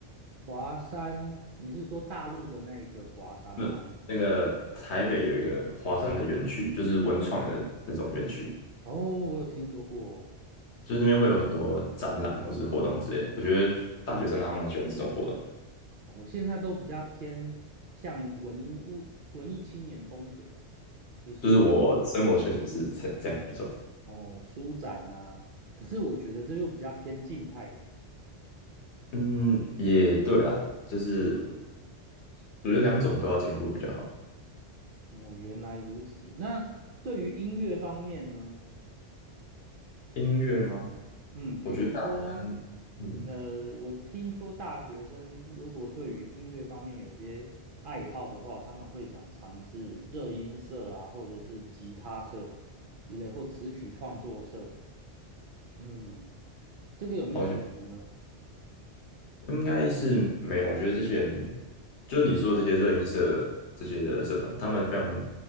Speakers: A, on the right; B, on the left.
A: 华山，你是说大陆的那一个华山吗？
B: 那那个台北有一个华山的园区，就是文创的那种园区。
A: 哦，我有听说过哦。
B: 就是那边会有很多展览或是活动之类的。我觉得大学生好像蛮喜欢这种活动的，
A: 我现在都比较偏向文物文艺青年风格，就是。
B: 就是我生活圈子是这这样没错。
A: 哦，舒展呐、可是我觉得这又比较偏静态的。
B: 嗯，也对啦，就是我我觉得两种都要兼顾比较好。
A: 哦，原来如此。那对于音乐方面呢？
B: 音乐吗？
A: 嗯，比如说，
B: 我觉得大学生，嗯，
A: 呃，我听说大学生如果对于音乐方面有些爱好的话，他们会想尝试热音社啊，或者是吉他社之类，或词曲创作社。嗯，这个有没有冲突呢？
B: 哦，有应该是没有。我觉得这些人，就是你说的这些热音社这些的社团，他们非常